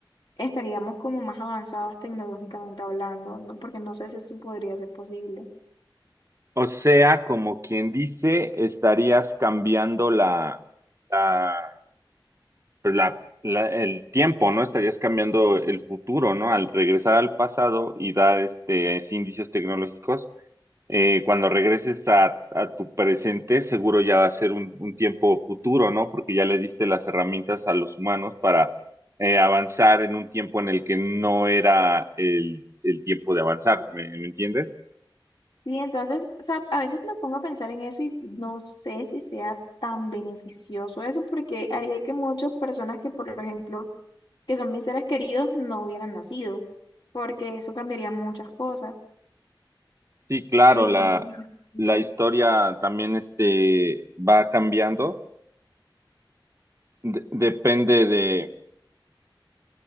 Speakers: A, on the left (about 65°); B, on the right (about 35°).
A: estaríamos como más avanzados tecnológicamente hablando, ¿no? Porque no sé si eso podría ser posible.
B: O sea, como quien dice, estarías cambiando la, la, la- la- el tiempo, ¿no? Estarías cambiando el futuro, ¿no? Al regresar al pasado y dar este, es- indicios tecnológicos, eh, cuando regreses a, a tu presente, seguro ya va a ser un, un tiempo futuro, ¿no? Porque ya le diste las herramientas a los humanos para eh, avanzar en un tiempo en el que no era el, el tiempo de avanzar, ¿me, me entiendes?
A: Y entonces, o sea, a veces me pongo a pensar en eso y no sé si sea tan beneficioso eso, porque haría que muchas personas que, por ejemplo, que son mis seres queridos, no hubieran nacido, porque eso cambiaría muchas cosas.
B: Sí, claro,
A: Entonces,
B: la,
A: sí,
B: la historia también este, va cambiando, de- depende de...